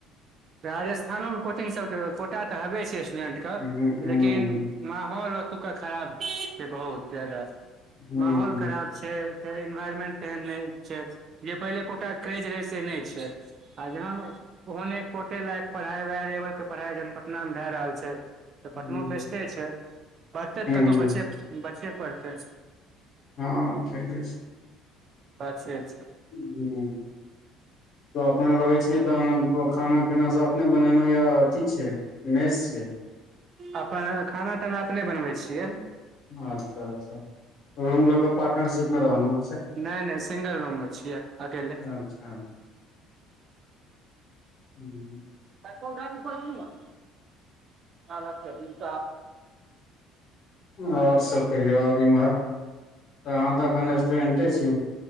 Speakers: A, on the right; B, on the left.
A: राजस्थानो में कोचिंगसबके कोटा तऽ हेवे छै स्टूडेंटके
B: हूँ हूँ
A: लेकिन
B: हूँ
A: माहौल ओतुका खराब छय बहुत जादा
B: हूँ
A: माहौल
B: हूँ
A: खराब छै फेर एनवायरमेंट तेहन नहि छै जे पहिले कोटा क्रेज रहे से नय छय आ जहन ओहने कोटे लायक पढ़ाइ व लेवल के पढ़ाइ जखन पटना मे भए रहल छय तऽ पटनो
B: हूँ
A: बेस्ट छै पढ़तै त कतहु
B: हूँ
A: बच्चे पढ़तै
B: हँ ठीके
A: अच्छे छय
B: हं तऽ अपने रहै छीियै तऽ अनन्तपुर खाना पीना सब अपने बनेलो या अथी छय मेज छय
A: अपन खाना ताना अपने बनबै छियै
B: अच्छा अच्छा र पार्टनरशिप में रहलहु
A: नय नय सिंगल रूम में छियै अकेले
B: अच्छा ह <inaudible>
A: तऽ ओ भी प लख दी <unintelligible>
B: आओर सब कहियौ ओर इमहर तऽ अहाँ तऽ एखन स्टूडेंटे छी